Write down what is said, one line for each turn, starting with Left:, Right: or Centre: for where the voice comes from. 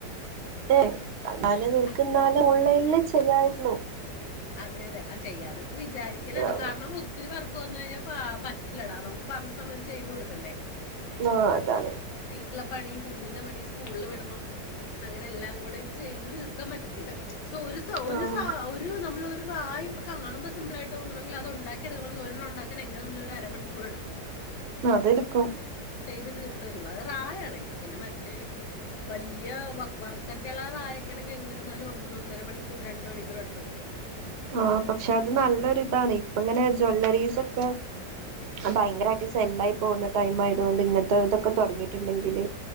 Right: ഏഹ് എന്നാല
Left: ഓൺലൈ
Right: നിനക്ക് എന്നാലും ഓൺലൈനില് ചെയ്യാര്ന്നു
Left: അതെ അതെ ആഹ് ചെയ്യാന്നൊക്ക വിചാരിക്ക്ണ്‌ണ്ട്
Right: ഇതാവും
Left: കാര്ണം ഉ ഒത്തിരി വർക്ക് വന്നു കയിഞ്ഞ പാ പറ്റില്ലെടാ നമുക്ക് പറ്ഞ്ഞ സമയത്ത് ചെയ്തു കൊടുക്കണ്ടെ
Right: ആഹ് അതാണ്
Left: അപ്പൊ വീട്ടിലെ പണിം കുഞ്ഞിന്റെ പണിം സ്കൂള്ല് വിടണം അങ്ങനെ എല്ലാം കൂടെ ഇത് ചെയ്ത് തീർക്ക പറ്റത്തില്ല സൊ ഒരു സോ ഒരു
Right: ആഹ്
Left: സോ ഒര് ആയി ഇപ്പൊ കാണുമ്പൊ സിമ്പിളായിട്ടോന്ന്ണെങ്കില് അത്ണ്ടാക്കി എടുക്കുമ്പളേക്ക് ഒരെണ്ണം ഉണ്ടാക്കൻ എങ്ങനാണേലും ഒരു അരമണിക്കൂറെടുക്കും
Right: അതെടുക്കും
Left: ചെയ്ത് തീർത്ത് വരുമ്പൊ അത് റായാണെങ്കി പിന്നെ മറ്റേ വല്യെ വ വർക്കൊക്കള്ള റായൊക്കെയാണെങ്കി എങ്ങനെന്നാലും ഒന്നൊന്നര മണിക്കൂർ രണ്ട് മണിക്കൂർ അടുത്തൊക്കെ പിടിക്കും
Right: ആഹ് പക്ഷെ അത് നല്ലൊരിതാണ് ഇപ്പ ഇങ്ങനെ ജ്വല്ലറീസൊക്കെ ഭയങ്കരമായിട്ട്
Left: അതെ അതെ
Right: സെല്ലായി പോവുന്ന ടൈമായതോണ്ട് ഇങ്ങൻത്ത ഇതൊക്ക തൊടങ്ങീട്ട്ണ്ടെങ്കില്